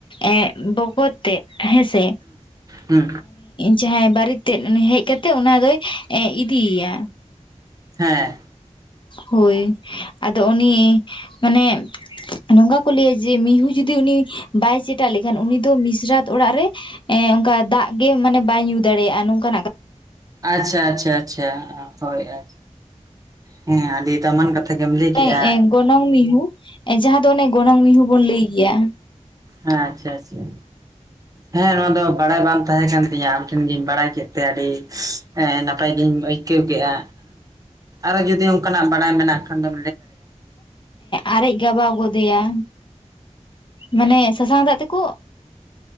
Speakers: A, on the left (about 40°); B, on the right (about 30°).
A: ᱮ ᱵᱚᱜᱚᱛ ᱛᱮᱫ ᱦᱮᱸ ᱥᱮ
B: ᱦᱩᱸ
A: ᱡᱟᱦᱟᱸᱭ ᱵᱟᱨ ᱛ ᱦᱮᱡ ᱠᱟᱛᱮᱜ ᱚᱱᱟ ᱫᱚᱭ ᱤᱫᱤᱭᱮᱭᱟ᱾
B: ᱦᱮᱸ
A: ᱦᱳᱭ ᱟᱫᱚ ᱩᱱᱤ ᱢᱟᱱᱮ ᱱᱚᱝᱠᱟ ᱠᱚ ᱞᱟᱹᱭᱟ ᱡᱮ ᱢᱤᱦᱩ ᱡᱩᱫᱤ ᱡᱩᱫᱤ ᱩᱱᱤ ᱵᱟᱭ ᱥᱮᱴᱟᱜ ᱞᱮᱠᱷᱟᱱ ᱩᱱᱤ ᱫᱚ ᱢᱤᱥᱨᱟᱛ ᱚᱲᱟᱜ ᱨᱮ ᱚᱱᱠᱟ ᱫᱟᱜ ᱜᱮ ᱢᱟᱱᱮ ᱵᱟᱭ ᱧᱩ ᱫᱟᱲᱮᱭᱟᱜ ᱫᱟᱲᱮᱭᱟᱜᱼᱟ ᱱᱚᱝᱠᱟᱱᱟᱜ
B: ᱟᱪᱪᱷᱟ ᱟᱪᱪᱷᱟ ᱟᱪᱪᱷᱟ ᱦᱳᱭ ᱟᱪ ᱦᱮᱸ ᱟᱹᱰᱤ ᱫᱟᱢᱟᱱ ᱠᱟᱛᱷᱟ ᱜᱮᱢ ᱞᱟᱹᱭ
A: ᱚᱱᱮ
B: ᱠᱮᱜᱼᱟ ᱦᱮᱸ
A: ᱜᱚᱱᱚᱝ ᱢᱤᱦᱩ ᱡᱟᱦᱟᱸ ᱫᱚ ᱚᱱᱮ ᱜᱚᱱᱚᱝ ᱢᱤᱦᱩ ᱵᱚᱱ ᱞᱟᱹᱭ ᱜᱮᱭᱟ
B: ᱦᱮᱸ ᱟᱪᱪᱷᱟ ᱟᱪᱪᱷᱟ ᱦᱮᱸ ᱱᱚᱣᱟ ᱫᱚ ᱵᱟᱲᱟᱭ ᱵᱟᱝ ᱛᱟᱦᱮᱸ ᱠᱟᱱ ᱛᱤᱧᱟᱹ ᱟᱢ ᱴᱷᱮᱱ ᱜᱤᱧ ᱵᱟᱲᱟᱭ ᱠᱮᱫ ᱛᱮ ᱟᱹᱰᱤ ᱱᱟᱯᱟᱭ ᱱᱟᱯᱟᱭ ᱜᱤᱧ ᱟᱹᱭᱠᱟᱹᱣ ᱠᱮᱫᱼᱟ ᱟᱨᱚ ᱡᱩᱫᱤ ᱚᱱᱠᱟᱱᱟᱜ ᱵᱟᱲᱟᱭ ᱢᱮᱱᱟᱜ ᱠᱷᱟᱱ ᱫᱚ
A: ᱟᱨᱮᱡ ᱜᱟᱵᱟᱣ ᱜᱚᱫᱮᱭᱟ ᱢᱟᱱᱮ ᱥᱟᱥᱟᱝ ᱫᱟᱜ ᱛᱮᱠᱚ